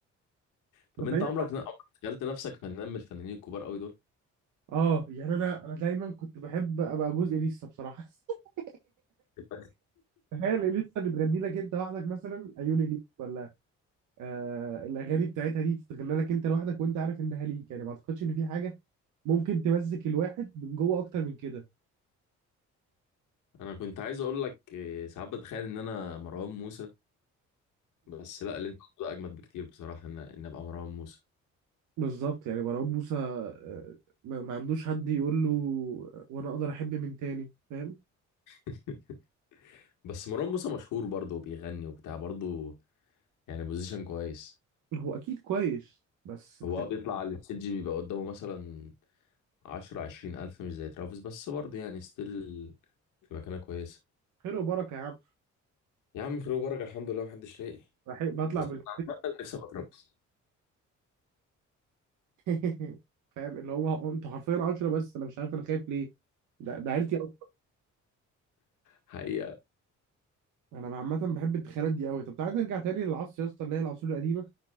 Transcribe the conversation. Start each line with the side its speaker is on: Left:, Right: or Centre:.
Left: طب
Right: طب
Left: انت
Right: بعيد
Left: عمرك عمرك تخيلت نفسك فنان من الفنانين الكبار قوي دول
Right: اه يعني انا انا دايما كنت بحب ابقى جزء لسه بصراحه <laughs>
Left: <laughs>
Right: تخيل لسه بتغني لك انت لوحدك مثلا عيوني ليك ولا آه الاغاني بتاعتها دي تتغنى لك انت لوحدك وانت عارف انها ليك يعني ما اعتقدش ان في حاجه ممكن تمزك الواحد من جوه اكتر من كده
Left: انا كنت عايز اقول لك إيه، ساعات بتخيل ان انا مروان موسى بس لا اللي انت قلته ده اجمد بكتير بصراحة ان ان ابقى مروان موسى
Right: بالظبط يعني مروان موسى آه، ما ما عندوش حد يقول له آه، وانا اقدر احب من تاني فاهم
Left: <laughs> بس مروان موسى مشهور برضه وبيغني وبتاع برضه يعني بوزيشن كويس
Right: هو اكيد كويس بس انت
Left: هو اه بيطلع على الستيج بيبقى قدامه مثلا عشرة عشرين ألف مش زي ترافيس بس برضه يعني ستيل في مكانة كويسة
Right: خير وبركه يا عم
Left: يا عم خير وبركة الحمد لله محدش لاقي
Right: بح- بطلع
Left: بس
Right: بالبلاي
Left: عامة نفسي أبقى ترافيس
Right: <laughs> فاهم اللي هو انتوا حرفيا 10 بس انا مش عارف انا خايف ليه ده ده عيلتي قوي
Left: حقيقة
Right: انا عامه بحب التخيلات دي قوي طب تعالى نرجع تاني للعصر يا اسطى اللي هي العصور القديمه